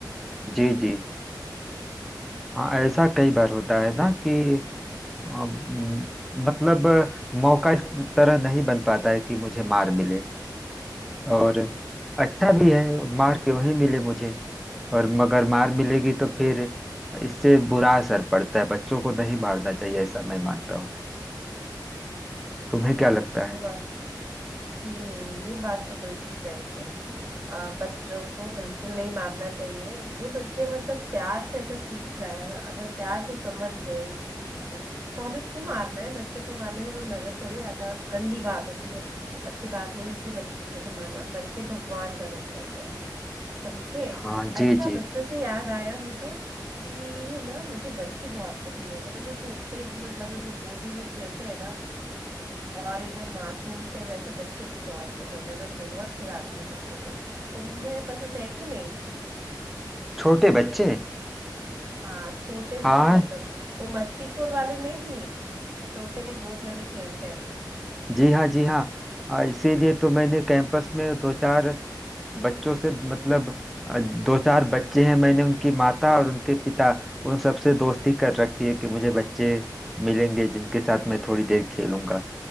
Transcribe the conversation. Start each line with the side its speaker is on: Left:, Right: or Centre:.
Centre: जी जी हाँ ऐसा कई बार होता है ना कि अम, मतलब मौका इस तरह नहीं बन पाता है कि मुझे मार मिले और अच्छा भी है मार क्यों ही मिले मुझे और मगर मार मिलेगी तो फिर इससे बुरा असर पड़ता है बच्चों को नहीं मारना चाहिए ऐसा मैं मानता हूँ तुम्हें क्या लगता है
Right: ये बात हम्म ये बात तो बिल्कुल सही कही अ, बच्चों को बिल्कुल नहीं मारना चाहिए जो बच्चे मतलब प्यार से अगर सीख जाए अगर प्यार से समझ ले इस चीज को तो हमें क्यों मारना है बच्चों को मारने में कोई मजा थोड़ी आता है और गंदी बात होती है अच्छी बात नहीं होती बच्चों को मारना बच्चे भगवान का रूप होते हैं समझे
Centre: हाँ
Right: अच्छा
Centre: जी जी
Right: बच्चों से याद आया मुझे कि ना मुझे बच्चे बहुत पसंद है मतलब जो छोटे क्यूट मतलब जो गोदी में खेलते हैं ना और एकदम मासूम से वैसे बच्चे बहुत पसंद है मैं बहुत खिलाती हूँ बच्चों को तुम्हें पसंद है कि नहीं
Centre: छोटे बच्चे
Right: हाँ छोटे बच्चे
Centre: हाँ
Right: एकदम वो मस्तीखोर वाले नहीं छोटे गोद में जो खेलते हैं
Centre: जी हाँ जी हाँ आ, इसीलिए तो मैंने कैंपस में दो चार बच्चों से मतलब आ, दो चार बच्चे हैं मैंने उनकी माता और उनके पिता उन सबसे दोस्ती कर रखी है कि मुझे बच्चे मिलेंगे जिनके साथ मैं थोड़ी देर खेलूंगा